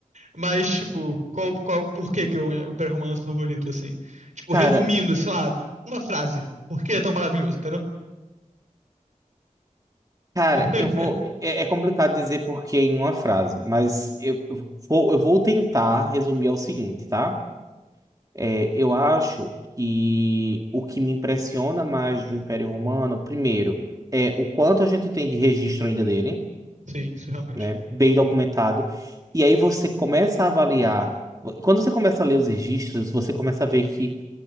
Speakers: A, on the right; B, on the right.
A: Mas, tipo, qual, qual, por que que eu, é, o Império Romano é seu favorito, assim? Tipo,
B: Cara.
A: resumindo, sei lá, uma frase. Por que é tão maravilhoso, entendeu?
B: Cara,
A: <laughs>
B: eu vou. É, é complicado dizer porquê em uma frase, mas eu eu vou, eu vou tentar resumir ao seguinte, tá? É, eu acho que o que me impressiona mais do Império Romano, primeiro, é o quanto a gente tem de registro ainda dele,
A: Sim, isso realmente.
B: né? Bem documentado. E aí você começa a avaliar. Quando você começa a ler os registros, você começa a ver que,